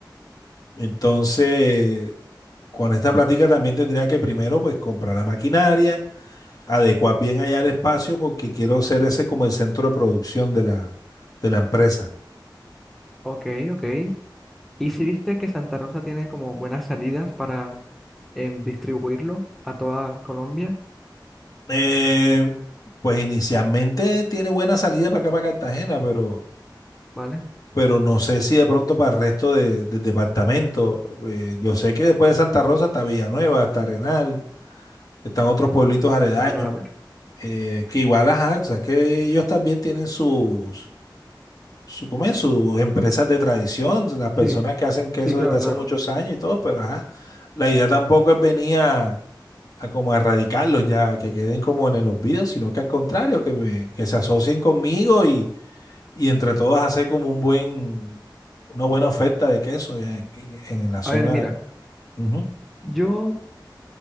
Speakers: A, on the left (about 50°); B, in the centre.
A: Entonces, Con esta plática también tendría que primero pues comprar la maquinaria, adecuar bien allá el espacio porque quiero ser ese como el centro de producción de la, de la empresa.
B: Ok, ok. ¿Y si viste que Santa Rosa tiene como buenas salidas para em, distribuirlo a toda Colombia?
A: Eh, pues inicialmente tiene buena salida para acá, para Cartagena, pero,
B: ¿Vale?
A: pero no sé si de pronto para el resto de, del departamento. Eh, yo sé que después de Santa Rosa está Villanueva, está Arenal, están otros pueblitos aledaños,
B: Vale, vale.
A: eh, que igual, ajá, o sea, que ellos también tienen sus su, ¿cómo es? sus empresas de tradición, las personas
B: Sí,
A: que hacen queso
B: sí, claro,
A: desde hace
B: claro.
A: muchos años y todo, pero ajá, la idea tampoco es venir a, a como a erradicarlos ya, que queden como en el olvido, sino que al contrario, que, me- que se asocien conmigo y, y entre todos hacer como un buen, una buena oferta de queso ya en, en- en la zona.
B: A ver, mira,
A: Ujú.
B: yo,